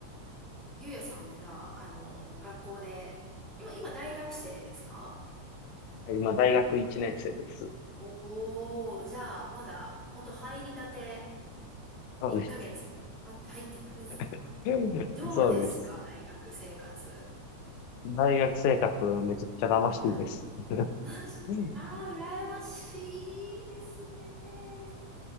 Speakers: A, in the centre; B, on the left (about 85°).
A: ゆうやさんはじゃあ、あの、学校で、今、今大学生ですか
B: 今、大学1年生です。
A: おー、じゃあ、まだ、ほんと入りたて、
B: そうです。
A: 1ヶ月。あ、入って1ヶ月。
B: <laughs>
A: どうですか、
B: そうです。
A: 大学生活。
B: 大学生活、めちゃくちゃ楽しいです。
A: はい。私、
B: <laughs>
A: あー、羨ましいですね。